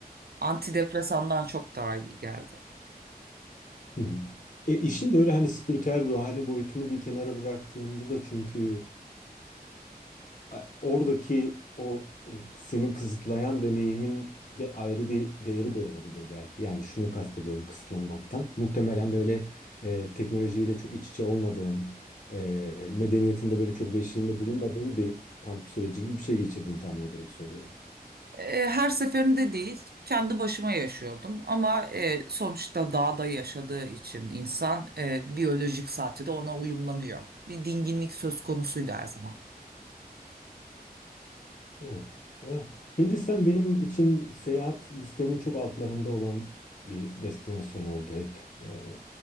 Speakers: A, on the right; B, on the left.
A: Antidepresandan çok daha iyi geldi.
B: Hı hı. E, işin böyle hani spiritüel ruhani boyutunu bir kenara bıraktığında da çünkü e, oradaki o e, seni kısıtlayan deneyimin de ayrı bir değeri de olabilir belki. Yani şunu kastediyorum kısıtlanmaktan. Muhtemelen böyle e, teknolojiyle çok iç içe olmadığın, e, medeniyetinde böyle çok beşiğinde bulunmadığın bir kamp süreci gibi bir şey geçirdiğini tahmin ederek söylüyorum.
A: E, her seferinde değil, kendi başıma yaşıyordum ama e, sonuçta dağda yaşadığı için insan e, biyolojik saati de ona uyumlanıyor. Bir dinginlik söz konusuydu her zaman.
B: Evet. Evet. Hindistan benim için seyahat listemin çok altlarında olan bir destinasyon oldu hep. Ee,